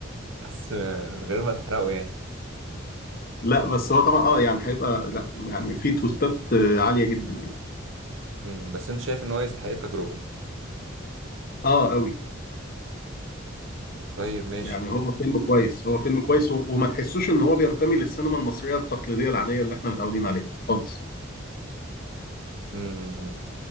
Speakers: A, on the right; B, on the left.
A: بس آه، من غير ما تحرقه يعني
B: لا بس هو طبعا اه يعني هيبقى لا يعني في توستات آه، عالية جدا يعني
A: امم بس انت شايف ان هو يستحق التجربة
B: اه قوي
A: طيب ماشي
B: يعني هو فيلم كويس هو فيلم كويس و- وما تحسوش ان هو بينتمي للسينما المصرية التقليدية العادية اللي احنا متعودين عليها خالص
A: امم